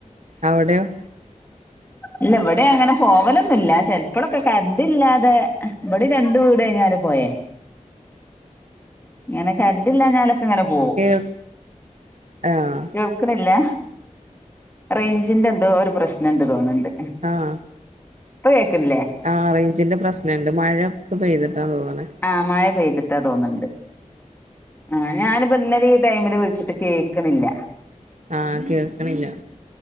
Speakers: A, on the right; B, on the left.
A: അവിടെയൊ?
B: ഇല്ല ഇവിടെ അങ്ങനെ പോവലൊന്നുല്ല ചെലപ്പോഴൊക്കെ കരറ്റ് ഇല്ലാതെ ഇവിടെ രണ്ട് വീട് കഴിഞ്ഞാല് പോയ ങ്ങനെ കര ണ്ട്ല്ല ഞാലൊക്കെ ഇങ്ങനെ പോകും
A: കേൾ ആഹ്
B: കേൾക്കണില്ല റേഞ്ചിന്റെ എന്തോ ഒരു പ്രശ്നം ണ്ട് തോന്നണ്ട്
A: ആഹ്
B: പ്പ കേക്കിൻല്ലേ
A: ആ റേഞ്ചിന്റെ പ്രശ്നണ്ട് മഴയൊക്കെ പെയ്തിട്ടാ തോന്ന്ണെ
B: ആഹ് മയ പെയ്തിട്ടാ തോന്നുണ്ട് ആഹ് ഞാനിപ്പോ ഇന്നലെ ഈ ടൈമില് വിളിച്ചിട്ട് കേൾക്കണില്ല
A: ആഹ്കേൾക്കണില്ല